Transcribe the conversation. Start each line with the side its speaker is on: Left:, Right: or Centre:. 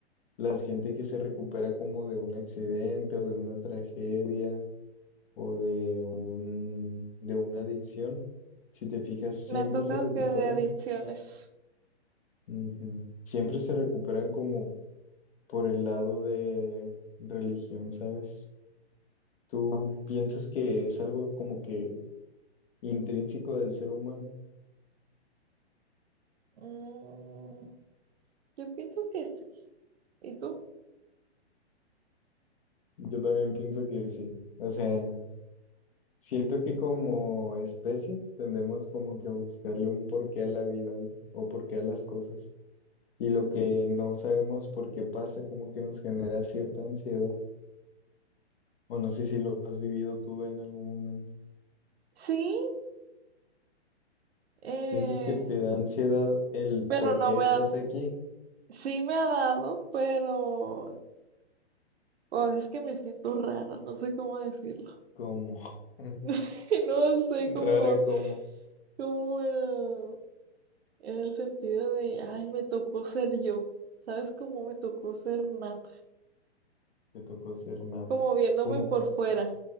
Left: la gente que se recupera como de un accidente o de una tragedia o de un, de una adicción, si te fijas, siempre
Right: Me ha tocado
Left: se recuperan.
Right: que de adicciones.
Left: Ujú. Siempre se recuperan como por el lado de religión, ¿sabes? Tú piensas que es algo como que intrínseco del ser humano.
Right: Mm, yo pienso que sí. ¿Y tú?
Left: Yo también pienso que sí. O sea, siento que como especie tendemos como que a buscarle un porqué a la vida, ¿no? O porqué a las cosas. Y lo que no sabemos por qué pasa, como que nos genera cierta ansiedad. O no sé si lo has vivido tú en algún momento.
Right: Sí, eh,
Left: ¿Sientes que te da ansiedad el
Right: pero
Left: por
Right: no
Left: qué
Right: me
Left: estás
Right: dan.
Left: aquí?
Right: Sí me ha dado, pero a veces que me siento rara, no sé cómo decirlo.
Left: Como <laughs>
Right: <laughs> No sé cómo,
Left: rara como
Right: cómo eh, en el sentido de, ay, me tocó ser yo. ¿Sabes cómo me tocó ser Nat?
Left: te tocó ser nada,
Right: Como viéndome
Left: como
Right: por fuera.